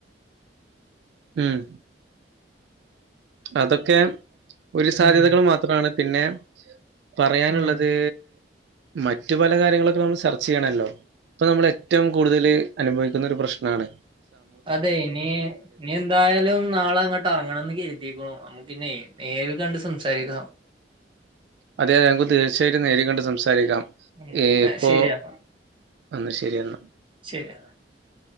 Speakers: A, on the right (about 75°); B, on the right (about 30°).
A: ഉം അതൊക്കെ ഒരു സാധ്യതകൾ
B: ഉം
A: മാത്രമാണ് പിന്നെ പറയാനുള്ളത്
B: ഉം
A: മറ്റു പല കാര്യങ്ങളൊക്കെ നമ്മൾ ചർച്ച് ചെയ്യണല്ലോ ഇപ്പൊ നമ്മൾ ഏറ്റവും കൂടുതല് അനുഭവിക്കുന്ന ഒരു പ്രശ്നമാണ്
B: അതെ ഇനി ഇനി എന്തായാലും നാളെ അങ്ങോട്ട് ഇറങ്ങണം കേ ശ നമുക്ക്ന്നെ നേരി കണ്ട് സംസാരിക്കണം
A: അതെ ഞങ്ങക്ക് തീർച്ചയായിട്ടും നേടൊണ്ട് സംസാരിക്കാം
B: ഉം
A: ഏ ഇപ്പോ
B: ശരിയാ
A: അന്ന് ശരിയാൽ ഉം
B: ശരി